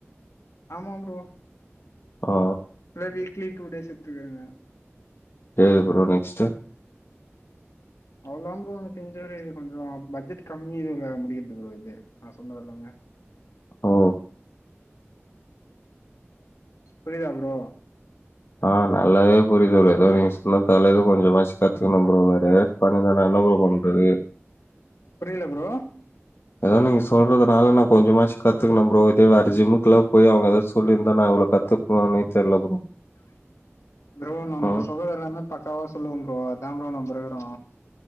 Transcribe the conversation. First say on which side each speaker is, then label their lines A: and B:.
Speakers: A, on the left; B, on the left.
A: ஆமா ப்ரோ
B: ஆ
A: இல்ல வீக்லி டூ டேஸ் எடுத்துக்குங்க
B: சேரி ப்ரோ நெக்ஸ்டு
A: அவ்ளதா ப்ரோ எனக்கு தெரிஞ்ச வர இது கொஞ்சோ பட்ஜெட் கம்மி இதுல முடியுது ப்ரோ இது நா சொன்னதெல்லாமே
B: ஓ
A: புரிதா ப்ரோ
B: ஆ நல்லாவே புரியுது ப்ரோ ஏதோ நீங்க எல்லா தாலது கொஞ்சமாச்சு கத்துக்குண ப்ரோ வேற யாராச்சு பண்ணிதானா என்ன ப்ரோ பண்றது
A: புரியில ப்ரோ
B: ஏதோ நீங்க சொல்றதுனால நா கொஞ்சமாச்சு கத்துக்குணே ப்ரோ இதே வேற ஜிம்முக்கு எல்லா போய் அவங்க ஏதா சொல்லிருந்தா நா இவ்ள கத்து பேனானே தெரில
A: ப்ரோ நம்ம
B: ம்
A: சொல்றது எல்லாமே பக்காவா சொல்லுவே ப்ரோ அதா ப்ரோ நம்ப இருக்குறோ